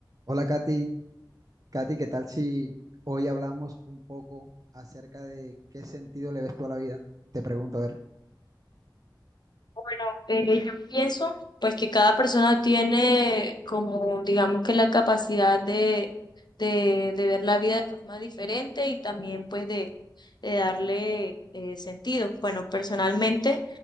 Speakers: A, on the right; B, on the left.
A: Hola Katy, Katy, ¿qué tal si hoy hablamos un poco acerca de qué sentido le ves tú a la vida? Te pregunto, a ver.
B: Bueno, eh, yo pienso pues que cada persona tiene como digamos que la capacidad de, de, de ver la vida de forma diferente y también pues de, de darle eh, sentido. Bueno, personalmente